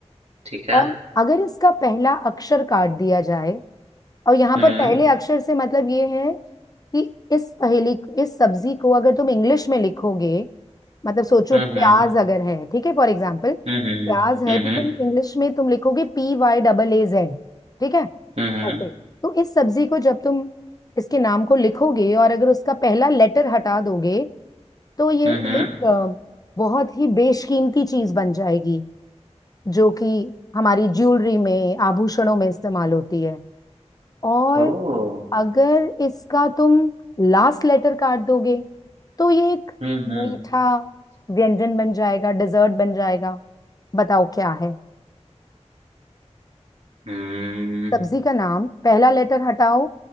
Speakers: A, on the right; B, on the left.
A: ठीक है
B: और अगर इसका पहला अक्षर काट दिया जाए और यहाँ
A: हम्म
B: पर पहले अक्षर से मतलब ये है कि इस पहेली इस सब्जी को अगर तुम इंग्लिश में लिखोगे मतलब सोचो
A: हम्म
B: प्याज
A: हम्म
B: अगर है ठीक है फॉर एग्जाम्पल
A: हम्म हम्म
B: प्याज है तो
A: हम्म
B: तुम इंग्लिश में तुम लिखोगे पी वाई डबल ए जेड ठीक है
A: हम्म
B: ऐसे तो इस सब्जी को जब तुम इसके नाम को लिखोगे और अगर उसका पहला लेटर हटा दोगे तो ये
A: हम्म
B: एक
A: हम्म, हम्म।
B: अ, बहुत ही बेशकीमती चीज बन जाएगी जो कि हमारी ज्वेलरी में आभूषणों में इस्तेमाल होती है और
A: ओ
B: अगर इसका तुम लास्ट लेटर काट दोगे तो ये एक
A: हम्म
B: मीठा
A: हम्म
B: व्यंजन बन जाएगा डिजर्ट बन जाएगा बताओ क्या है
A: हम्म
B: सब्जी का नाम पहला लेटर हटाओ